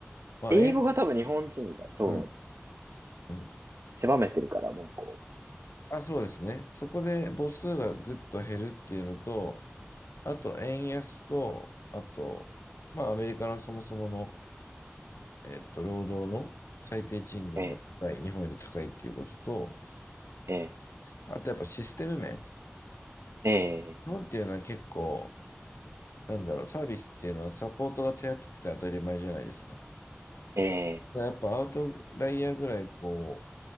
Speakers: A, on the left (about 70°); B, on the right (about 65°).
A: まあ、
B: 英語が多分日本人がそうなんですよ。
A: え、うん、うん。
B: 狭めてるから、もうこ
A: あ、そうですね。そこで母数がぐっと減るっていうのと、あと、円安と、あと、まあ、アメリカのそもそもの、えっと、労働の最低賃金が高い、
B: う。ええ、
A: 日本より高いっていうことと、
B: ええ、
A: あとやっぱシステム面。
B: ええ、
A: 日本っていうのは結構、なんだろう、サービスっていうのはサポートが手厚くて当たり前じゃないですか。
B: ええ、
A: だからやっぱアウトライヤーぐらいこ